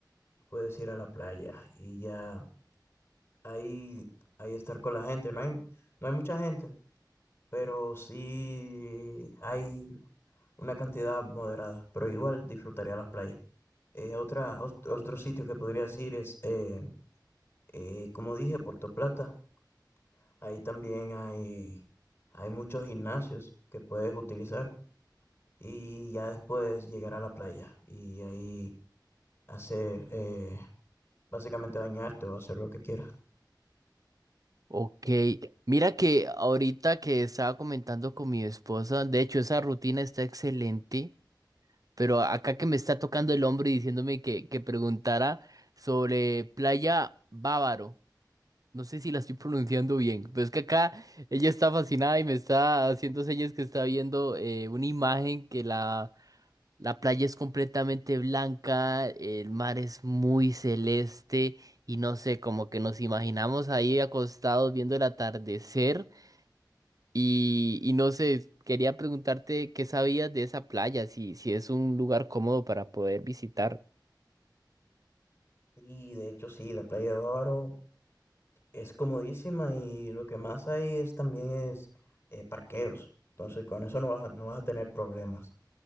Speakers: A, on the left; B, on the right.
A: puedes ir a la playa y ya ahí, ahí estar con la gente. No hay, no hay mucha gente, pero sí hay una cantidad moderada, pero igual disfrutaría las playas. Eh, otra, ot- otro sitio que podrías ir es, eh, eh, como dije, Puerto Plata. Ahí también hay, hay muchos gimnasios que puedes utilizar y ya después llegar a la playa y ahí hacer, eh, básicamente bañarte o hacer lo que quieras.
B: Ok, mira que ahorita que estaba comentando con mi esposa, de hecho esa rutina está excelente. Pero acá que me está tocando el hombro y diciéndome que, que preguntara sobre Playa Bávaro. No sé si la estoy pronunciando bien, pero es que acá ella está fascinada y me está haciendo señas que está viendo eh, una imagen que la, la playa es completamente blanca, el mar es muy celeste y no sé, como que nos imaginamos ahí acostados viendo el atardecer. Y, y no sé, quería preguntarte qué sabías de esa playa, si, si es un lugar cómodo para poder visitar.
A: Y de hecho sí, la playa de Bávaro es comodísima y lo que más hay es también es eh, parqueos. Entonces con eso no vas a, no vas a tener problemas.